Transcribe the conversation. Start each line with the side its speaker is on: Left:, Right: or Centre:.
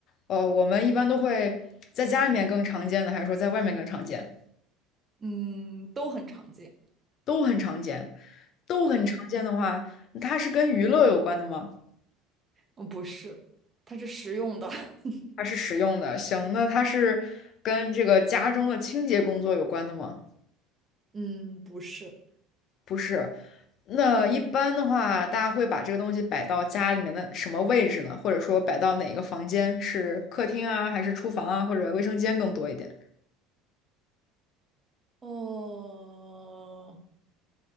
Left: 呃，我们一般都会在家里面更常见的，还是说在外面更常见？
Right: 嗯，都很常见。
Left: 都很常见，都很常见的话，
Right: 对，
Left: 它是跟娱乐有关的吗？
Right: 嗯，不是，它是实用的，<laughs>
Left: 它是实用的，行，那它是跟这个家中的清洁工作有关的吗？
Right: 嗯，不是。
Left: 不是。那一般的话，大家会把这个东西摆到家里面的什么位置呢？或者说摆到哪个房间？是客厅啊，还是厨房啊，或者卫生间更多一点？
Right: 哦，